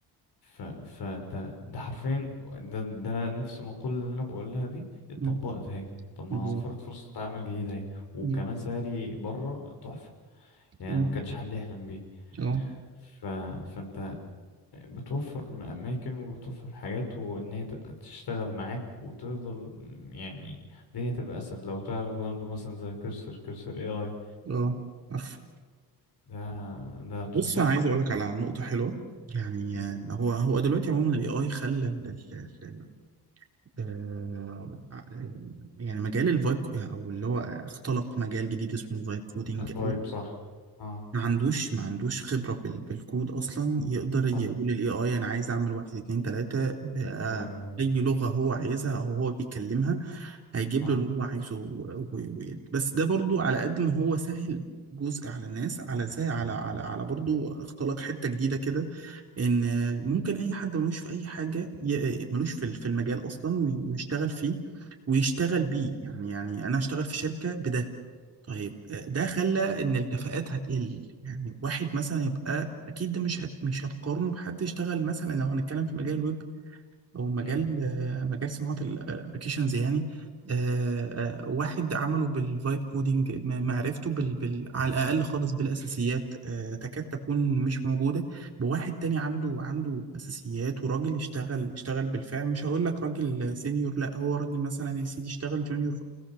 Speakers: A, on the left; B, on the right.
A: ف... فده ده حرفيا ده ده نفس المقولة اللي انا بقولها دي اتطبقت
B: مم.
A: اهي طب ما
B: بالظبط
A: وفرت فرصة عمل جديدة اهي وكمان
B: مم.
A: سعري بره تحفة يعني
B: مم.
A: ما كانش حد يحلم بيه
B: اه
A: ف... فانت بتوفر م- اماكن وبتوفر حاجات وان هي تبقى تشتغل معاك وتفضل يعني الدنيا تبقى اسهل لو تعرف برضه مثلا زي كرسر كرسر اي اي
B: اه عارف
A: ده ده
B: بص
A: تحفة
B: انا عايز اقول لك على نقطة حلوة يعني
A: امم
B: آه، هو هو دلوقتي عموما الاي اي خلى ال- ال- ال- آه، آه، يعني مجال الفايب او اللي هو اختلق مجال جديد اسمه الفايب كودينج
A: طيب صح اه
B: ما عندوش ما عندوش خبرة بال... بالكود أصلا يقدر
A: صح
B: يقول ال AI أنا عايز أعمل واحد اتنين تلاتة بأي
A: ويعمل
B: لغة هو عايزها أو هو بيكلمها هيجيب
A: اه
B: له اللي هو عايزه و- و- و- بس ده برضو على قد ما هو سهل جزء على الناس على زي على على على برضو اختلق حتة جديدة كده ان ممكن اي حد ملوش في اي حاجه ي- ملوش في في المجال اصلا وي- ويشتغل فيه ويشتغل بيه يعني يعني انا اشتغل في شركه بده طيب آه، ده خلى ان الكفاءات هتقل يعني واحد مثلا يبقى اكيد ده مش هت مش هتقارنه بحد يشتغل مثلا لو هنتكلم في مجال الويب او مجال
A: امم
B: آه، مجال صناعه الابلكيشنز يعني آه، آه، واحد عمله بالفايب كودينج م- معرفته بال... بال... على الاقل خالص بالاساسيات آه، تكاد تكون مش موجوده بواحد تاني عنده عنده اساسيات وراجل اشتغل اشتغل بالفعل مش هقول لك راجل سينيور لا هو راجل مثلا يا سيدي اشتغل جونيور